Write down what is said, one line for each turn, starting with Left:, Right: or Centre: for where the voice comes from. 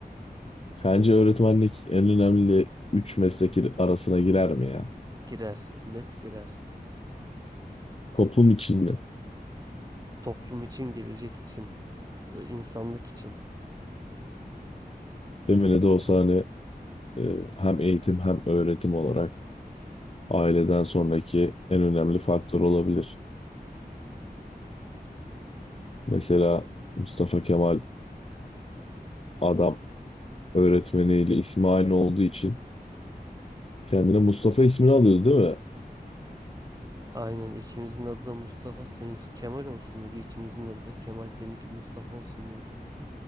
Left: Sence öğretmenlik en önemli üç meslek arasına girer mi ya?
Right: Girer, net girer.
Left: Toplum için mi?
Right: Toplum için, gelecek için, insanlık için.
Left: Demine de olsa hani e, hem eğitim hem öğretim olarak aileden sonraki en önemli faktör olabilir. Mesela Mustafa Kemal adam öğretmeniyle ismi aynı olduğu için kendine Mustafa ismini alıyordu değil mi?
Right: Aynen ikimizin adı da Mustafa, seninki Kemal olsun muydu? İkimizin adı da Kemal, seninki Mustafa olsun muydu?